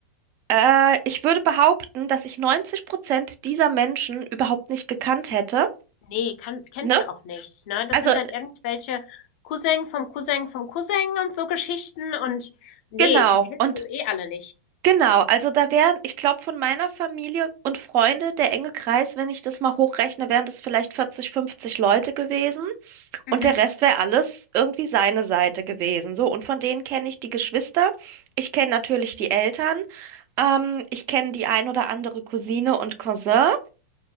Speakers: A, on the right; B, on the left.
A: äh, ich würde behaupten, dass ich 90 Prozent dieser Menschen überhaupt nicht gekannt hätte,
B: nee, kann kennst
A: ne?
B: du auch nicht, ne? Das
A: Also
B: sind dann irgendwelche Cousin vom Cousin vom Cousin und so Geschichten und nee,
A: genau
B: die kennst
A: und
B: du eh alle nicht.
A: genau, also da wären, ich glaube, von meiner Familie und Freunde der enge Kreis, wenn ich das mal hochrechne, wären das vielleicht 40, 50 Leute gewesen
B: Mhm.
A: und der Rest wäre alles irgendwie seine Seite gewesen. So, und von denen kenne ich die Geschwister, ich kenne natürlich die Eltern, ähm, ich kenne die ein oder andere Cousine und Cousin.